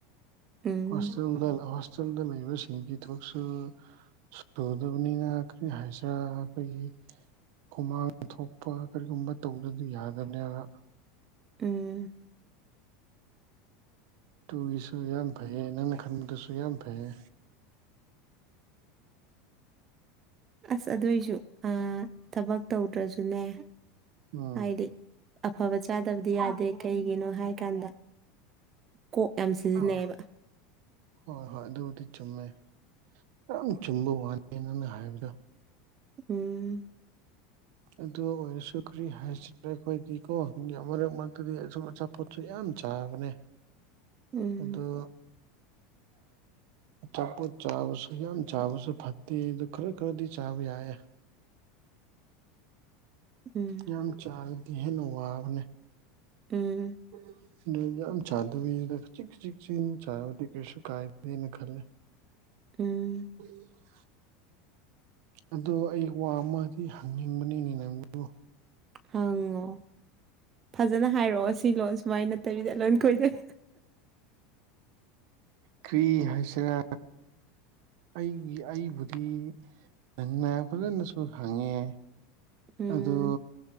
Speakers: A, on the right; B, on the right.
A: ꯎꯝ
B: ꯑꯁꯦꯡꯕꯜ ꯍꯣꯁꯇꯦꯜꯗ ꯂꯩꯕꯁꯤꯡꯒꯤ ꯊꯥꯕꯠꯁꯨ ꯁꯨ ꯇꯨꯗꯕꯅꯤꯅ ꯀꯔꯤ ꯍꯥꯏꯁꯤꯔꯥ ꯑꯩꯈꯣꯏꯒꯤ ꯍꯨꯃꯥꯡ ꯊꯣꯛꯄ ꯀꯔꯤꯒꯨꯝꯕ ꯇꯧꯗꯗꯤ ꯌꯥꯗꯝꯅꯦꯕ
A: ꯎꯝ
B: ꯇꯨꯒꯤꯁꯨ ꯌꯥꯝ ꯐꯩꯌꯦ ꯅꯪꯅ ꯈꯟꯕꯗꯨꯁꯨ ꯌꯥꯝ ꯐꯩꯌꯦ
A: ꯑꯁ ꯑꯗꯣꯏꯁꯨ ꯑꯥ ꯊꯕꯛ ꯇꯧꯗ꯭ꯔꯁꯨꯅꯦ
B: ꯎꯝ
A: ꯍꯥꯏꯗꯤ ꯑꯐꯕ ꯆꯥꯗꯕꯗꯤ ꯌꯥꯗꯦ ꯀꯩꯒꯤꯅꯣ ꯍꯥꯏ ꯀꯥꯟꯗ ꯀꯣꯛ ꯌꯥꯝ ꯁꯤꯖꯤꯟꯅꯩꯌꯦꯕ
B: ꯑꯥ ꯍꯣꯏ ꯍꯣꯏ ꯑꯗꯨꯕꯨꯗꯤ ꯆꯨꯝꯃꯦ ꯌꯥꯝ ꯆꯨꯝꯕ ꯋꯥꯅꯤ ꯅꯪꯅ ꯍꯥꯏꯕꯗꯣ
A: ꯎꯝ
B: ꯑꯗꯨ ꯑꯣꯏꯔꯁꯨ ꯀ꯭ꯔꯤ ꯍꯥꯏꯁꯤꯔ ꯑꯩꯈꯣꯏꯒꯤꯀꯣ ꯃꯌꯥꯝ ꯃꯔꯛ ꯃꯔꯛꯇꯗꯤ ꯑꯁꯨꯝ ꯑꯆꯥ ꯄꯣꯠꯁꯨ ꯌꯥꯝ ꯆꯥꯕꯅꯦ
A: ꯎꯝ
B: ꯑꯗꯨ ꯑꯆꯥꯄꯣꯠ ꯆꯥꯕꯁꯨ ꯌꯥꯝ ꯆꯥꯕꯁꯨ ꯐꯠꯇꯦ ꯑꯗꯨ ꯈꯔ ꯈꯔꯗꯤ ꯆꯥꯕ ꯌꯥꯏꯌꯦ
A: ꯎꯝ
B: ꯌꯥꯝ ꯆꯥꯔꯗꯤ ꯍꯦꯟꯅ ꯋꯥꯕꯅꯦ
A: ꯎꯝ
B: ꯎꯝ ꯑꯗꯨ ꯌꯥꯝ ꯆꯥꯗꯕꯤꯗ ꯈꯖꯤꯛ ꯈꯖꯤꯛ <unintelligible> ꯆꯥꯕꯗꯤ ꯀꯩꯁꯨ ꯀꯥꯏꯗꯦꯅ ꯈꯜꯂꯦ
A: ꯎꯝ
B: ꯎꯝ ꯑꯗꯨ ꯑꯩ ꯋꯥ ꯑꯃꯗꯤ ꯍꯪꯅꯤꯡꯕꯅꯤꯅ‌ꯦ ꯅꯪꯕꯨ
A: ꯍꯪꯉꯣ ꯐꯖꯅ ꯍꯥꯏꯔꯛꯑꯣ ꯁꯤ ꯂꯣꯟ ꯁꯨꯃꯥꯏ ꯅꯠꯇꯕꯤꯗ ꯂꯣꯟ ꯈ‌ꯣꯏꯗꯕꯤꯗ
B: ꯀ꯭ꯔꯤ ꯍꯥꯏꯁꯤꯔ ꯑꯩꯒꯤ ꯑꯩꯕꯨꯗꯤ ꯅꯪꯅ ꯐꯖꯅꯁꯨ ꯍꯪꯉꯦ
A: ꯎꯝ
B: ꯑꯗꯨ